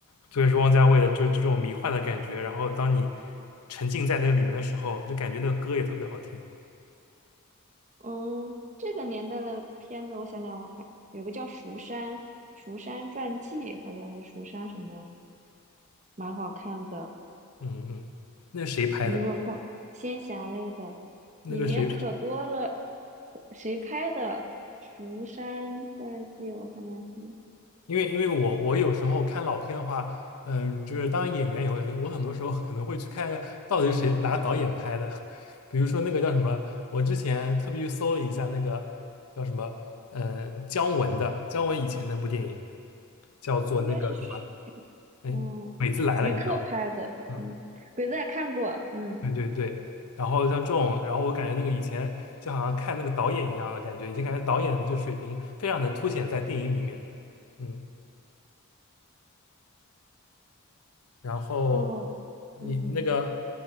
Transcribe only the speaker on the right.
<laughs> 嗯，这个年代的片子，我想想，我还有个叫《蜀山蜀山传记》，好像还是蜀山什么，蛮好看的，
你有没有看仙侠类的？里面可多了，
谁拍的《蜀山传记》？我看看是。
应该是徐，
哦，
徐克拍的，
嗯，鬼子也看过，嗯，
哦，
嗯，